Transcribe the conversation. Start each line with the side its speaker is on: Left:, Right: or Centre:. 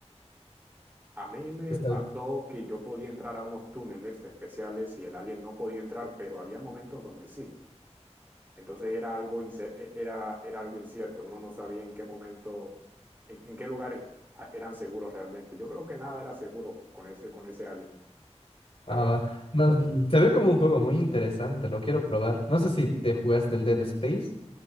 Right: A mí me
Left: Está
Right: pasó
Left: bien.
Right: que yo podía entrar a unos túneles especiales y el alien no podía entrar, pero había momentos donde sí. Entonces era algo, ince- e, era, era algo incierto, uno no sabía en qué momento, en, en qué lugares a- eran seguros realmente. Yo creo que nada era seguro con ese, con ese alien,
Left: Ah,
Right: la verdad.
Left: no, l- se ve como un juego muy interesante, lo quiero probar. No sé si te jugaste el Dead Space.